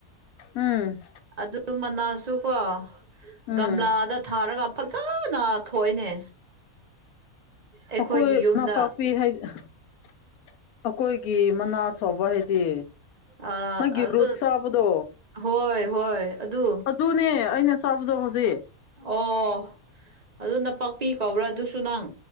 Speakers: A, on the left; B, on the right.
A: ꯎꯝ
B: ꯑꯗꯨ ꯃꯅꯥꯁꯨ ꯀꯣ
A: ꯎꯝ
B: ꯒꯝꯂꯥꯗ ꯊꯥꯔꯒ ꯐꯖꯅ ꯊꯣꯛꯏꯅꯦ ꯑꯩꯈꯣꯏꯒꯤ
A: ꯑꯣꯈꯣꯏ
B: ꯌꯨꯝꯗ
A: ꯅꯅꯥ ꯄꯄꯤꯄꯤ ꯍꯥꯏꯗꯤ ꯑꯩꯈꯣꯏꯒꯤ ꯃꯅꯥ ꯆꯥꯎꯕ ꯍꯥꯏꯗꯤ
B: ꯑ
A: ꯃꯥꯒꯤ
B: ꯑꯗꯨ
A: ꯔꯨꯠ ꯁꯥꯕꯗꯣ
B: ꯍꯣꯏ ꯍꯣꯏ ꯑꯗꯨ
A: ꯇꯨꯅꯦ ꯑꯩꯅ ꯆꯞꯗꯣ ꯍꯧꯖꯤꯦ
B: ꯑꯣ ꯑꯗꯨ ꯅꯄꯥꯛꯥꯛꯄꯤ ꯀꯧꯕ꯭ꯔꯥ ꯑꯗꯨꯁꯨ ꯅꯪ